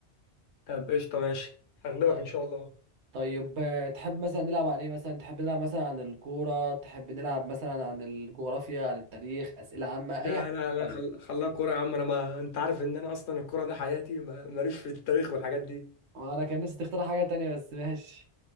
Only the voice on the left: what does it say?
طب قشطة ماشي هغلبك
إن شاء الله
لا
لا لا
خل... خلاها كورة يا عم انا ما انت عارف ان انا اصلا الكورة ده حياتي ما... ماليش في التاريخ والحاجات دي